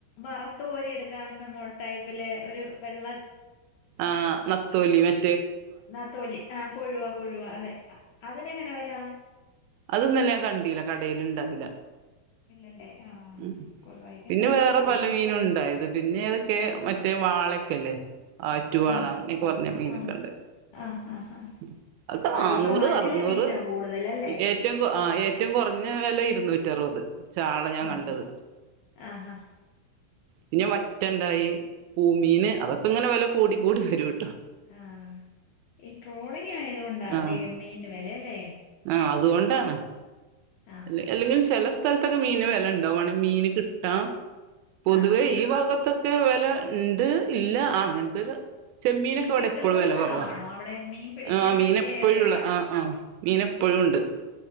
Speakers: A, on the left (about 75°); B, on the right (about 80°).
A: വറത്ത് കോരി എടുക്കവെന്ന് നമ്മോ ടൈപ്പിലെ ഒരു വെള്ള
B: ആഹ് ന്ന തൊലിവൻ
A: ന്നാ തൊലി ആ കൊഴുവ കൊഴുവ അതെ അതിനങ്ങനെ വെ ല
B: അതൊന്നൊല്ല കണ്ടീല്ല കടേല് ഇണ്ടായില്ല.
A: ഇല്ലല്ലേ ആഹ്
B: ഉം
A: കൊഴുവായിക്കും
B: പിന്നെ
A: വിലയാന്ന്
B: വേറെ
A: തോന്നുന്നു
B: പല മീനും ഉണ്ടായത് പിന്നേതൊക്കെ മ റ്റേ വാളക്കെല്ലേ ആറ്റുവാള
A: ആഹ്
B: അങ്ങനെയൊക്കെ പറഞ്ഞ മീനൊക്കെണ്ട്
A: ആഹ് ആഹ് ആഹ് ആഹ്
B: ഉം അതൊക്കെ
A: ആഹ്
B: നാന്നൂറ്,
A: ഇപ്പൊ ആറ്റിലെ
B: അറ്നൂറ്
A: മീനാ കൂടുതലല്ലേ
B: ഏറ്റവും കൊ ആ ഏറ്റവും കൊറ്ഞ്ഞ വെല ഇരുന്നൂ റ്റി അറുപത് ചാളെ ഞാൻ
A: ആഹ്
B: കണ്ടത്
A: ആഹ്
B: പിന്നെ വറ്റണ്ടായി പൂമീന് അതൊക്കെങ്ങനെ വെല കൂടിക്കൂടി വരുട്ടോ
A: ആ ഈ ട്രോളിങ്ങായത്കൊണ്ടാ
B: ആ
A: മീ മീൻ വെലയല്ലേ
B: ആ അതുകൊണ്ടാണ്
A: ആഹ്
B: അല്ലെ അല്ലെങ്കിലും ചെല സ്ഥലത്തൊക്കെ മീന് വെലണ്ടാവു വാണേ മീന് കിട്ടാ പൊതുവെ
A: ആഹ് കി
B: ഈ ഭാഗത്ത് ക്കെ വെല ഇണ്ട് ഇല്ല ആ അങ്ങനത്തൊര് ചെമ്മീനൊക്കെ
A: മീൻ
B: അവിടെ
A: കിട്ടുന്ന
B: എപ്പോഴും വില
A: സ്ഥലമാണോ
B: കുറവാ
A: അവിടെ മീൻ പിടിക്കാൻ
B: ആ
A: പറ്റിയ
B: മീൻ എപ്പഴുള്ള
A: ഏറിയാണോ
B: ആ ആ മീൻ എപ്പോഴും ഉണ്ട്